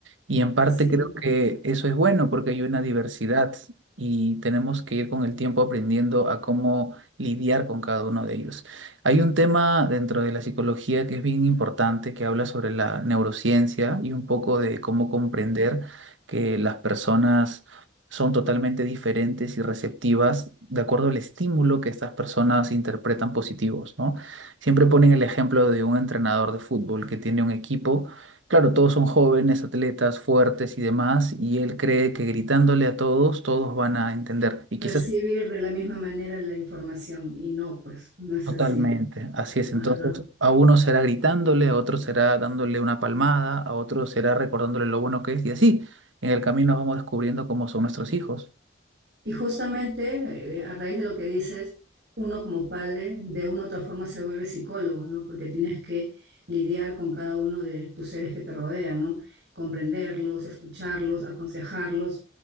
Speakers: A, on the right (about 80°); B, on the right (about 60°).
A: Y en parte
B: sí.
A: creo que eso es bueno porque hay una diversidad y tenemos que ir con el tiempo aprendiendo a cómo lidiar con cada uno de ellos. Hay un tema dentro de la psicología que es bien importante que habla sobre la neurociencia y un poco de cómo comprender
B: ¿no?
A: que las personas son totalmente diferentes y receptivas de acuerdo al estímulo que estas personas interpretan positivos, ¿no? Siempre ponen el ejemplo de un entrenador de fútbol que tiene un equipo, claro, todos son jóvenes, atletas, fuertes y demás, y él cree que gritándole a todos, todos van a entender, y
B: Recibir
A: quizás
B: de la misma manera la información y no, pues no es
A: totalmente,
B: así.
A: así es,
B: Ajá.
A: entonces a uno será gritándole, a otro será dándole una palmada, a otro será recordándole lo bueno que es, y así, en el camino vamos descubriendo cómo son nuestros hijos.
B: Y justamente eh, a raíz de lo que dices, uno como padre de una u otra forma se vuelve psicólogo, ¿no? Porque tienes que lidiar con cada uno de tus seres que te rodean, ¿no? Comprenderlos, escucharlos, aconsejarlos